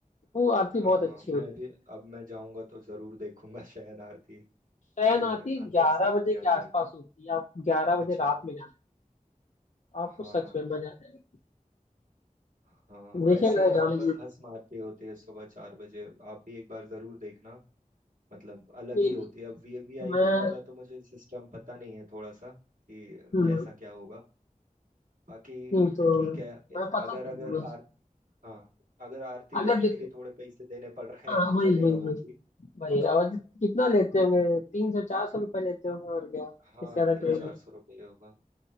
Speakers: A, on the left; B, on the right.
A: वो आरती
B: हाँ
A: बहुत अच्छी
B: मैं
A: होती
B: भी
A: है
B: अब मैं जाऊंगा तो जरूर देखूंगा शयन आरती
A: शयन
B: मेरे
A: आरती
B: अंदर
A: ग्यारह
B: से ही
A: बजे के
B: आने लगा
A: आसपास होती है आप ग्यारह बजे
B: अच्छा
A: रात में जाना आपको
B: हाँ
A: सच में मजा आ जाएगा
B: हाँ
A: देखिएगा
B: ऐसे यहाँ
A: जाने
B: पर
A: की इच्छा
B: भस्म
A: है।
B: आरती होती है सुबह चार बजे आप भी एक बार जरूर देखना मतलब अलग
A: नहीं,
B: ही होती
A: नहीं,
B: है अब वीवीआईपी
A: मैं
B: वाला तो मुझे सिस्टम पता नहीं है थोड़ा सा कि
A: हम्म,
B: कैसा क्या होगा बाकी
A: नहीं तो
B: ठीक है ए-
A: मैं पता
B: अगर
A: कर
B: अगर
A: लूंगा
B: आर हाँ अगर आरती
A: अगर
B: देखने
A: देखो
B: के लिए थोड़े पैसे देने पड़ रहे
A: हाँ
B: हैं तो
A: वही
B: चलेगा
A: वही वही
B: वो भी
A: वही और कितना लेते होंगे तीन सौ चार सौ रुपये लेते होंगे और क्या
B: हाँ
A: इससे ज्यादा
B: तीन
A: कोई
B: चार सौ रुपये होगा